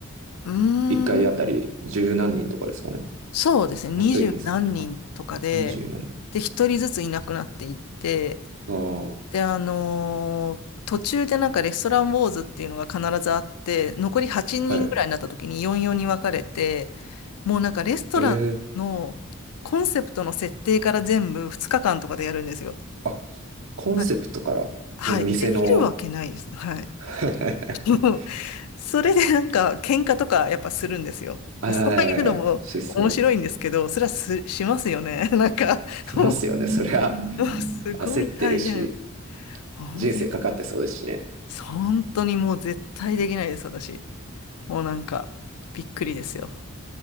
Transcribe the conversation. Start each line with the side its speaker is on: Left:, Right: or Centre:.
Left: うーん。
Right: 一回あたり十何人とかですかね。
Left: そうですね。
Right: もうちょいいます。
Left: 二十何人とかで、
Right: あ、二十何人。
Left: で、一人ずついなくなっていって、
Right: あ
Left: で、あのー途中でなんかレストランウォーズっていうのが必ずあって、残り8人ぐらいになった時に44に分かれて、
Right: あ、はい。
Left: もうなんかレストランのコンセプトの設定から全部2日間とかでやるんですよ。
Right: へえ。あ、コンセプトから、
Left: まはい、
Right: うん店の
Left: できるわけないです。はい。
Right: <laughs>
Left: <laughs> それでなんか喧嘩とかやっぱするんですよ。
Right: はい、
Left: そういうのも面白いんですけど、
Right: しそうです。
Left: それはす、しますよね。<laughs> なんか、<laughs>
Right: しますよね。
Left: も
Right: そりゃ、
Left: うすごい大変。
Right: 焦ってるし、
Left: もう絶
Right: 人生かかってそうですしね。
Left: 本当にもう絶対できないです、私。もうなんか、びっくりですよ。